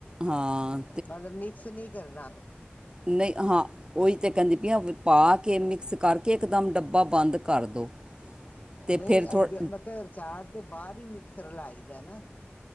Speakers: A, on the right; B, on the left.
A: ਹਾਂ
B: ਮਤਲਬ ਮਿਕਸ ਨੀ ਕਰਨਾ।
A: ਨਈ ਹਾਂ। ਔਈ, ਤੇ ਕੈਂਦੀ ਪੀਆਂ ਪਾ ਕੇ ਮਿਕਸ ਕਰਕੇ ਇਕਦਮ ਡੱਬਾ ਬੰਦ ਕਰ ਦੋ। ਤੇ
B: ਨਈ,
A: ਫਿਰ ਥੋੜ
B: ਅ ਮਤਲਬ ਅਚਾਰ, ਤੇ ਬਾਦ ਈ ਮਿਕਸ ਰਲਾਈ ਦੈ ਨਾ।